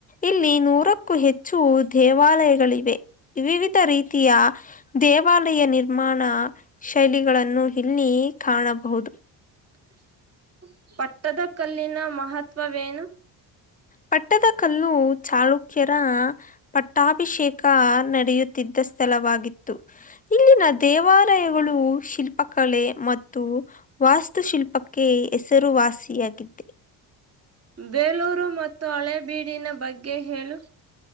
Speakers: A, on the left; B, on the right.
A: ಇಲ್ಲಿ ನೂರಕ್ಕೂ ಹೆಚ್ಚು ದೇವಾಲಯಗಳೆ ವಿವಿಧ ರೀತಿಯ ದೇವಾಲಯ ನಿರ್ಮಾಣ ಶೈಲಿಗಳನ್ನು ನ್ನ ಕಾಣಬಹುದು
B: <unintelligible> ಪಟ್ಟದಕಲ್ಲಿನ ಮಹತ್ವವೇನು
A: ಪಟ್ಟದಕಲ್ಲು ಚಾಳುಕ್ಯರ ಪಟ್ಟಾಭಿಷೇಕ ನಡೆಯುತ್ತಿದ್ದ ಸ್ಥಳವಾಗಿತ್ತು ಇಲ್ಲಿನ ದೇವಾಲಯಗಳು ಶಿಲ್ಪಕಲೆ ಮತ್ತು ವಾಸ್ತುಶಿಲ್ಪಕ್ಕೆ ಹೆಸರುವಾಸಿಯಾಗಿದ್ದೆ
B: ಬೇಲೂರು ಮತ್ತು ಹಳೇಬೀಡಿನ ಬಗ್ಗೆ ಹೇಳು